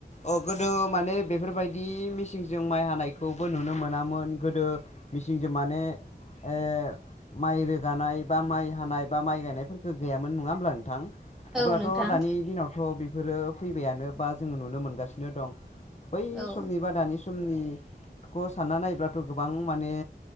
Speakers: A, on the left (about 40°); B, in the centre.
A: अ गोदो माने बेफोरबायदि मेचिनजों माइ हानायखौबो नुनो मोनामोन गोदो मेसिंजों माने ओ माइ रोगानाय बा माइ हानाय बा माइ गायनायफोरखौ गैयामोन नङा होमब्ला नोंथां
B: औ
A: अब्लाथ'
B: नोंथां
A: दानि दिनावथ' बेफोरो फैबायानो बा जोङो नुनो मोनगासिनो दं। बै
B: औ
A: समनि बा दानि समनिखौ सानना नायोबब्लाथ' गोबां माने